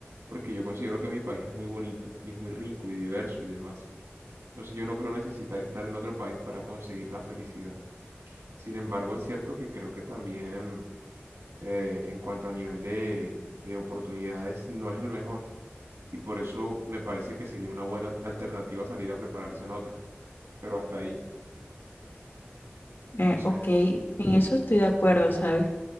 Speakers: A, on the right; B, on the left.
A: porque yo considero que mi país es muy bonito y es muy rico y diverso y demás. Entonces yo no creo necesitar estar en otro país para conseguir la felicidad. Sin embargo, es cierto que creo que también eh, en cuanto a nivel de, de oportunidades no es el mejor. Y por eso me parece que sería una buena alternativa salir a prepararse en otro. Pero hasta ahí,
B: Eh,
A: no sé.
B: ok, en eso estoy de acuerdo, ¿sabes?